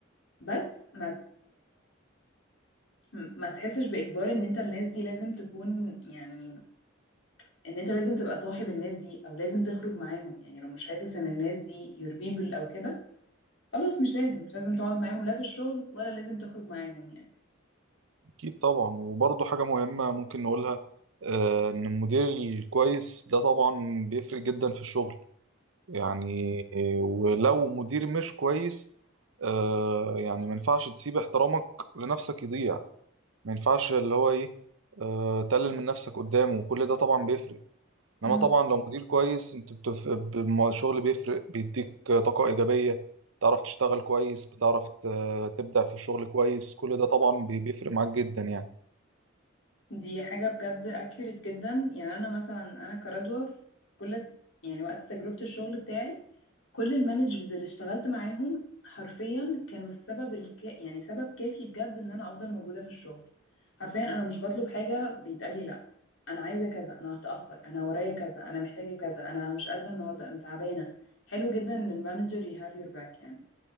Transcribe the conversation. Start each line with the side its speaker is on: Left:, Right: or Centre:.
Left: بس ما م- ما تحسش بإجبار ان انت الناس دي لازم تكون يعني ان انت لازم تبقى صاحب الناس دي او لازم تخرج معاهم يعني لو مش حاسس ان الناس دي your people او كده خلاص مش لازم مش لازم تقعد معاهم لا في الشغل ولا لازم تخرج معاهم يعني
Right: اكيد طبعا وبرضه حاجة مهمة ممكن نقولها آه ان المدير الكويس ده طبعا بيفرق جدا في الشغل يعني آه، ولو مدير مش كويس آه يعني ما ينفعش تسيب احترامك لنفسك يضيع ما ينفعش اللي هو ايه آه، تقلل من نفسك قدامه وكل ده طبعا بيفرق
Left: م-
Right: انما طبعا لو مدير كويس انت بتف... بم- الشغل بيفرق بيديك طاقة إيجابية بتعرف تشتغل كويس بتعرف ت- تبدع في الشغل كويس كل ده طبعا بي- بيفرق معاك جدا يعني
Left: دي حاجة بجد accurate جدا يعني أنا مثلا أنا كردوة في كل يعني وقت تجربة الشغل بتاعي كل المانجرز اللي اشتغلت معاهم حرفيا كانوا السبب الك... يعني سبب كافي بجد إن أنا أفضل موجودة في الشغل حرفيا أنا مش بطلب حاجة بيتقالي لأ أنا عايزة كذا أنا هتأخر أنا ورايا كذا أنا محتاجة كذا أنا مش قادرة النهاردة أنا تعبانة حلو جدا إن المانجر you have your back يعني